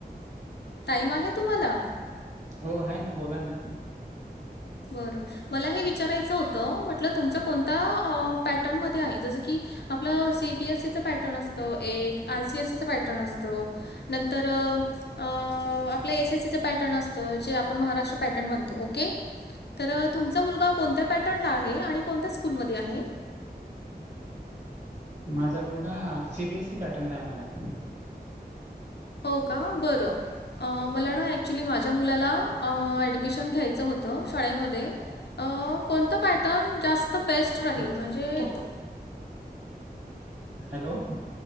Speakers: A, on the left; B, on the right.
A: टाईम आहे तुम्हाला?
B: हो आहे ना बोला ना.
A: बरं मला हे विचारायचं होतं म्हटलं तुमचा कोणता अ पॅटर्नमध्ये आहे जसं की आपलं सी बी ए सी चा पॅटर्न असतो एक आय सी एस सी चा पॅटर्न असतो नंतर अ आपलं एस एस सी चा पॅटर्न असतं जे आपण महाराष्ट्र पॅटर्न म्हणतो ओके. तर तुमचा मुलगा कोणत्या पॅटर्नला आहे आणि कोणत्या स्कूलमध्ये आहे?
B: माझा मुलगा सी बी एस सी पॅटर्नला आहे मॅडम.
A: हो का बरं अ मला ना ॲक्च्युली माझ्या मुलाला अ ॲडमिशन घ्यायचं हो त शाळेमध्ये अ कोणता पॅटर्न जास्त बेस्ट राहील?
B: त
A: म्हणजे
B: पक
A: तो
B: हॅलो